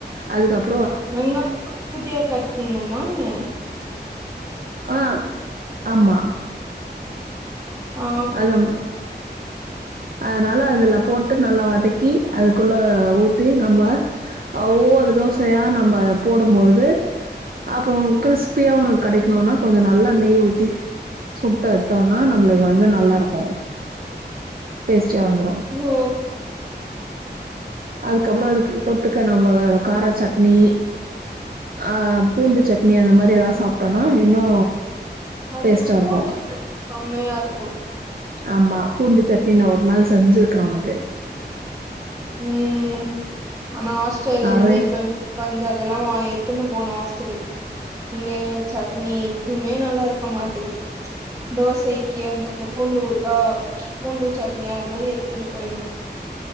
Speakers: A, on the right; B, on the right.
A: அதுக்கப்
B: வெங்காய குட்டி குட்டியா கட் பண்ணணுமா என்ன
A: ஆ ஆம்மா
B: ஆ
A: அது ப் அதனால அதுல போட்டு நல்லா வதக்கி அதுக்குள்ள ஊத்தி நம்ப ஒவ்வொரு தோசையா நம்ம போடும்போது அப்போ கிறிஸ்பியா உனக்கு கெடைக்கணுனா கொஞ்ச நல்லா நெய் ஊத்தி சுட்ட எத்தோனா நம்மளு வந்து நல்லா இருக்கு டேஸ்ட் ச்ச வந்துரு
B: ஓ
A: அதுக்கப்புற அதுக் தொட்டுக்க நம்பா காரா சட்னி ஆ பூண்டு சட்னி அந்த மாரி ஏதாவது சாப்ட்டோனா இன்னு
B: அதுக்கு
A: டேஸ்ட்டா
B: பூண்டு
A: இருக்கு
B: சட்னி செம்மயா இருக்கும்
A: ஆமா பூண்டு சட்னி நா ஒரு நாள் செஞ்சிருக்கே ஒனக்கு
B: ம்ம்ம்ம்ம் ஆனா ஹாஸ்டல்லா
A: நெறை
B: இருந்து இப்ப வந்த அதெல்லா வா எத்துன்னு போனு ஹாஸ்டல்லுக்கு இங்க சட்னி எதுமே நல்லா இருக்க மாட்டேங்கது தோசைக்கு வந்து அந்த பூண்டூ ஊருகா பூண்டு சட்னி அ அந்த மாரி எத்துட்டு போய்னோ